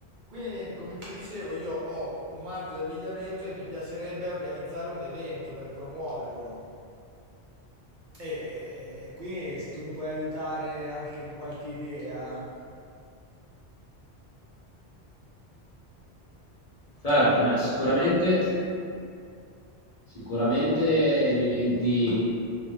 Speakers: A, on the right (about 55°); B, on the left (about 40°).
A: Quindi niente, come ti dicevo, io ho un marchio di abbigliamento e mi piacerebbe organizzare un evento per promuoverlo. E quindi se tu mi puoi aiutare anche con qualche idea, a
B: Certo,
A: una promozione.
B: beh, sicuramente, sicuramente gli eventi